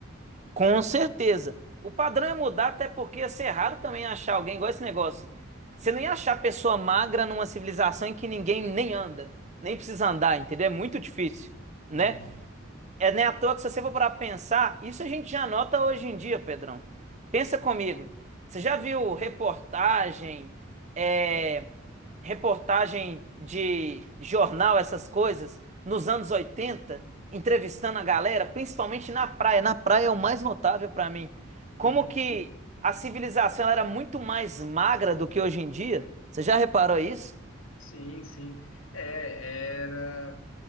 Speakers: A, on the right; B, on the left.
A: Com certeza. O padrão é mudar, até porque ia ser raro também achar alguém igual esse negócio. Você não ia achar pessoa magra numa civilização em que ninguém nem anda, nem precisa andar, entendeu? É muito difícil, né?
B: Uhum.
A: É nem à toa que se você for para pensar, isso a gente já nota hoje em dia, Pedrão. Pensa comigo. Você já viu reportagem, é, reportagem de jornal, essas coisas, nos anos 80 entrevistando a galera, principalmente na praia. Na praia é o mais notável para mim. Como
B: Uhum.
A: que a civilização ela era muito mais magra do que hoje em dia? Você já reparou isso?
B: Sim, sim. É, era.